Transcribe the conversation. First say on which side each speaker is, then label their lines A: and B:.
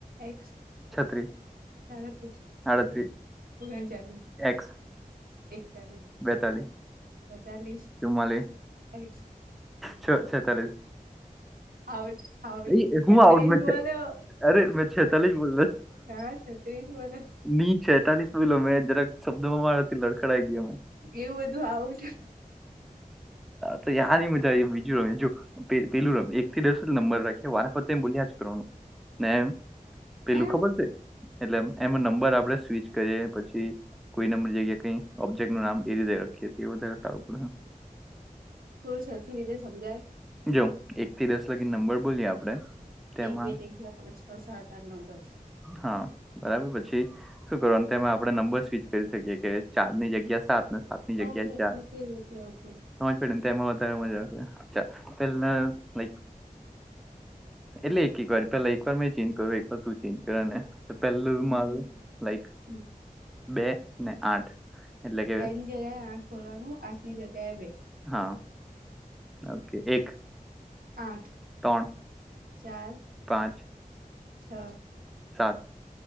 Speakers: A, on the right (about 85°); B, in the centre.
A: એક્સ.
B: છત્રીસ
A: સાડત્રીસ
B: આડત્રીસ,
A: ઓગણચાલીસ
B: એક્સ.
A: એકતાલીસ
B: બેતાલી,
A: તેતાલીસ
B: ચુમાલી.
A: એક્સ
B: છ છેતાલીસ,
A: આઉટ આઉટ
B: એ શુંઉટ
A: છત્રીસ
B: મે
A: બોલ્યો
B: અરે મે રા જ બો
A: હા છત્રીસ બોલ્યો
B: ની ચતાલીસ. જોઈ મેં જરાક શબ્દમાં મારાથી લડખડાઈ ગયા મે.
A: એવું બધું આવટ.
B: તો યા ન મુજા બીજું રમ જો પેલું રમ એક થી ડ નંબર રાખી વારતે ્યાજ કરવાનું ને એમ પેલું
A: હે
B: ખબર છે એટલે એમાં નંબર આપણે સ્વીચ કરીએ પછી કોઈ નંબર જગ્યા કઈ ઓબ્જેક ું નામ એ રીતે રાખીએ વધારે સારું પડે
A: થોડું સેલ્ફી લીધે સમજાય
B: જો એક થી દસ લાગી નંબર બોલીએ આપડે તેમાં
A: એક બે ત્રણ ચાર પાંચ છ સાત આઠ નવ દસ
B: હા બરાબર પછી શું કરવા તેમે આપડે નંબર સ્વિચ કરી શકીએ કે ચાર ની જગ્યા સાત સાત ની જગ્યાએ
A: ઓકે
B: ચાર
A: ઓકે ઓકે ઓકે
B: સમજ પડીે ને તો એમાં વધારે મજા આવે લા ન એટલે એક એક વાર પેલા એક વાર મે ચેન્જ કરું એક વાર તું ચેન્જ કર ને તો પેલું
A: હમ
B: મારું
A: હમ
B: લાઈક
A: હમ
B: બે ને આઠ એટલે કે
A: બે ની જગ્યાએ આઠ ખોલવાનું આઠની જગ્યાએ બે
B: હા ઓકે એક
A: આઠ
B: ત્રણ
A: ચાર
B: પાંચ.
A: અચ્છા.
B: સાત.